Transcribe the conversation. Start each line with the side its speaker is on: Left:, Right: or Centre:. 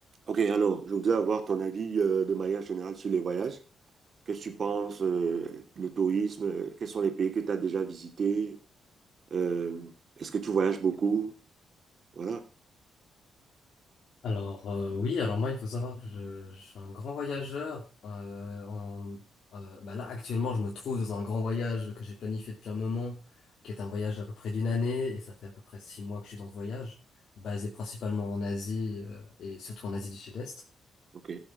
Right: Ok, alors, je voudrais avoir ton avis euh, de manière générale sur les voyages. Qu'est-ce que tu penses, euh, le tourisme, euh, quels sont les pays que tu as déjà visités? Euh, est-ce que tu voyages beaucoup? Voilà.
Left: Alors euh, oui, alors moi il faut savoir que je, je suis un grand voyageur. euh, en, euh, bah là actuellement je me trouve dans un grand voyage que j'ai planifié depuis un moment, qui est un voyage d'à peu près d'une année et ça fait à peu près six mois que je suis dans ce voyage, basé principalement en Asie euh, et surtout en Asie du Sud-Est.
Right: Ok.